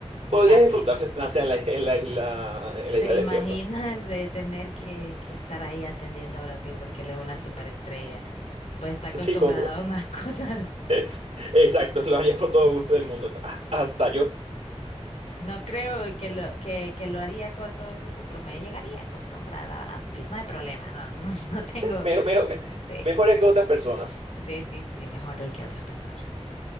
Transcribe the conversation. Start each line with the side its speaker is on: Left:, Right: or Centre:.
Right: podrías
Left: Gary.
Right: disfrutar su estancia en la, en la isla,
Left: Mm.
Right: en la
Left: ¿Te
Right: isla desierta.
Left: imaginas de tener que, que estar ahí atendiendo a Brad Pitt porque él es una superestrella? Pues está acostumbrado
Right: Sí, con,
Left: a unas <laughs> cosas.
Right: es- exacto, lo haría con todo gusto del mundo. Hasta hasta
Left: Eh,
Right: yo.
Left: No creo que lo, que, que lo haría con todo el gusto, pero me llegaría acostumbrada a Brad Pitt. No hay problema, no, no, <laughs> no tengo.
Right: Me- me- me-
Left: no, sí,
Right: mejor él que otras personas.
Left: sí, sí, sí, mejor el que otras personas.